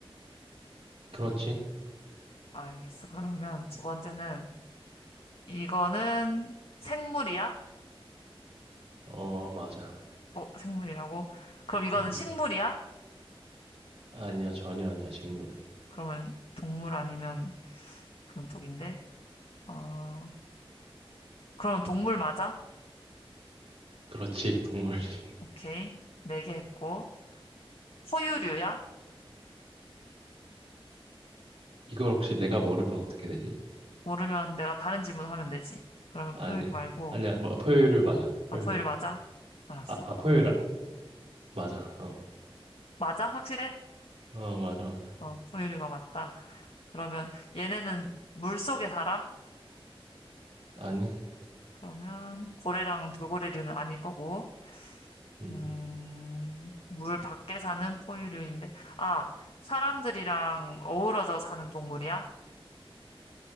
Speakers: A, on the right; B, on the left.
A: 그렇지.
B: 알겠어. 그러면 두 번째는, 이거는 생물이야?
A: 어, 맞아.
B: 어, 생물이라고? 그럼 이거는
A: 음,
B: 식물이야?
A: 아니야, 전혀 아니야, 식물은.
B: 그러면 동물 아니면 그런 쪽인데. 어, 그러면 동물 맞아?
A: 그렇지, 동물식. <laughs>
B: 오케이. 네 개 했고. 포유류야?
A: 이걸 혹시 내가 모르면 어떻게 되지?
B: 모르면 내가 다른 질문 하면 되지. 그러면
A: 아니야.
B: 포유류 말고.
A: 아니야, 뭐, 포유류 맞아.
B: 아,
A: 포유류
B: 포유류
A: 맞아.
B: 맞아? 알았어.
A: 아, 아, 포유류, 아- 맞아. 어,
B: 맞아? 확실해?
A: 어, 맞아, 맞아.
B: 어, 포유류가 맞다. 그러면 얘네는 물 속에 살아?
A: 아니,
B: 그러면 고래랑 돌고래류는 아닐 거고.
A: 음.
B: 음, 물 밖에 사는 포유류인데, 아, 사람들이랑 어우러져 사는 동물이야?